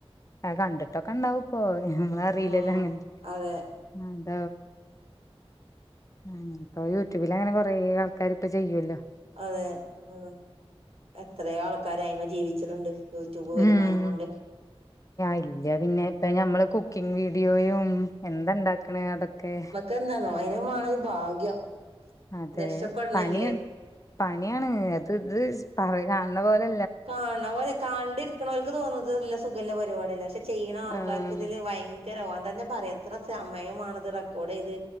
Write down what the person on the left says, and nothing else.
ആ കണ്ടിട്ടൊക്കെ ഇണ്ടാവ പോ നമ്മള അറിയില്ലല്ലോ
അങ്ങനെ
എന്ത ഉ ഇപ്പൊ യൂട്യൂബിൽ അങ്ങനെ കൊറ ആൾക്കാർ ഇപ്പ ചെയ്യുമല്ലോ
ഉം
ഇല്ല പിന്നെ ഇപ്പ ഞമ്മള് കുക്കിംഗ വീഡിയോയും എന്താ ഉണ്ടാക്കണ അതൊക്കെ
അതെ
പണിയ പണിയാണ് അത് ഇത് പറ കാണുന്ന പോലെ
ആഹ്